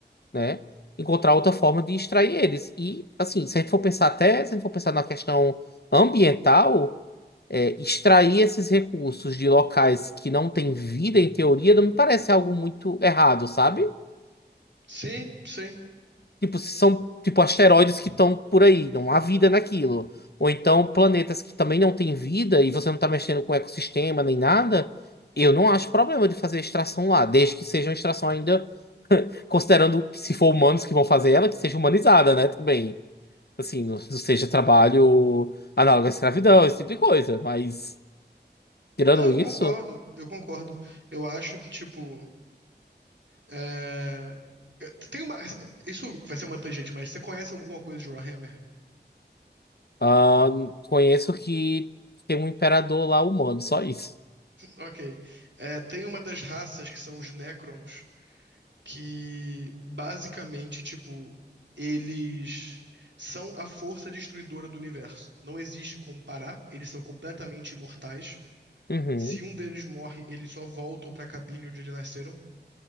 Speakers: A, on the left; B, on the right.
A: né, encontrar outra forma de extrair eles. E, assim, se a gente for pensar até, se a gente for pensar na questão ambiental, é, extrair esses recursos de locais que não têm vida, em teoria, não me parece algo muito errado, sabe?
B: Sim, sim.
A: Tipo, se são tipo asteroides que estão por aí, não há vida naquilo. Ou então planetas que também não têm vida e você não está mexendo com o ecossistema nem nada, eu não acho problema de fazer extração lá, desde que seja uma extração ainda, considerando que se for humanos que vão fazer ela, que seja humanizada, né, também. Assim, não não seja trabalho análogo à escravidão, esse tipo de coisa. Mas, tirando
B: Não, eu
A: isso.
B: concordo, eu concordo. Eu acho que, tipo, é, Tem uma. Isso vai ser uma tangente, mas você conhece alguma coisa de Warhammer?
A: Ah, conheço que tem um imperador lá humano, só isso.
B: Ok. É, tem uma das raças que são os Necrons, que basicamente, tipo, eles são a força destruidora do universo. Não existe como parar, eles são completamente imortais.
A: Uhum,
B: Se um deles morre, eles só voltam pra cabine onde eles nasceram.